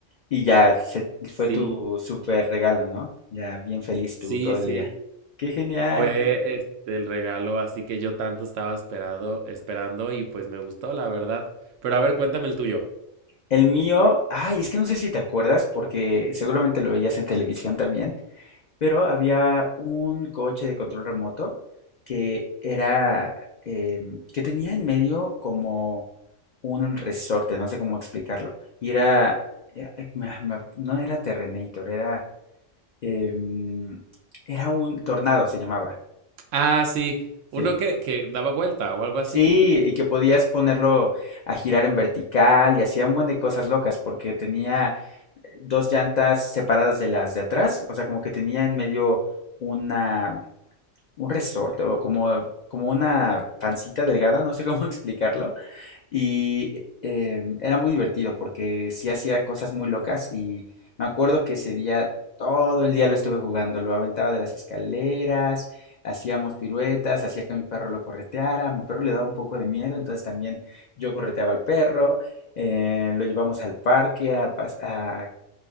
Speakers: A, on the left (about 80°); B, on the right (about 75°).
A: Y ya se-
B: Sí,
A: fue tu super regalo, ¿no? Ya bien feliz
B: sí,
A: tú todo el
B: sí.
A: día. Qué genial.
B: Fue este el regalo, así que yo tanto estaba esperado, esperando y pues me gustó, la verdad. Pero a ver, cuéntame el tuyo.
A: El mío, ay, es que no sé si te acuerdas, porque seguramente lo veías en televisión también, pero había un coche de control remoto que era, em, que tenía en medio como un resorte, no sé cómo explicarlo. Y era, eh, ay, me- me- no era Terrenator, era... em, era un tornado, se llamaba.
B: Ah, sí, uno
A: Sí.
B: que, que daba vuelta o algo así.
A: Sí, y que podías ponerlo a girar en vertical y hacía un buen de cosas locas porque tenía eh, dos llantas separadas de las de atrás, o sea, como que tenía en medio una un resorte o como como una pancita delgada, no sé cómo <laughs> explicarlo Y eh, era muy divertido porque sí hacía cosas muy locas y me acuerdo que ese día todo el día lo estuve jugando, lo aventaba de las escaleras, hacíamos piruetas, hacía que mi perro lo correteara, a mi perro le daba un poco de miedo, entonces también yo correteaba al perro, eh, lo llevamos al parque a, pas- a,